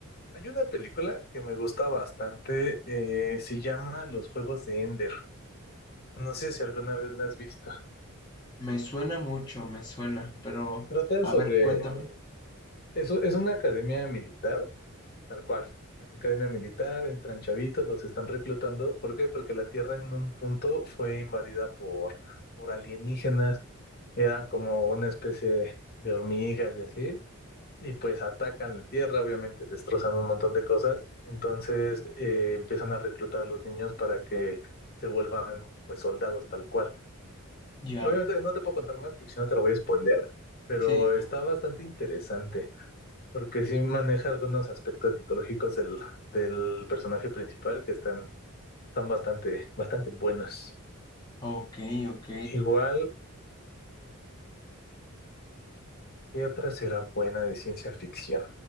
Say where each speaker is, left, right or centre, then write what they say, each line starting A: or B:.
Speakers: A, on the left; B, on the left.
A: hay una película que me gusta bastante, eh, se llama Los Juegos de Ender. No sé si alguna vez la has visto.
B: Me suena mucho, me suena, pero
A: Trata
B: a
A: sobre,
B: ver, cuéntame.
A: eso es una academia militar, tal cual. Academia militar, entran chavitos, los están reclutando. ¿Por qué? Porque la Tierra en un punto fue invadida por, por alienígenas. Eran como una especie de hormigas y así. y pues atacan la tierra, obviamente destrozando un montón de cosas. Entonces eh, empiezan a reclutar a los niños para que se vuelvan pues soldados tal cual.
B: Ya,
A: Obviamente no te puedo contar más porque si no te lo voy a spoilear, pero
B: sí, no.
A: está bastante interesante porque sí maneja algunos aspectos psicológicos del, del personaje principal que están, están bastante, bastante buenos.
B: Ok, ok,
A: Igual, ¿qué otra será buena de ciencia ficción?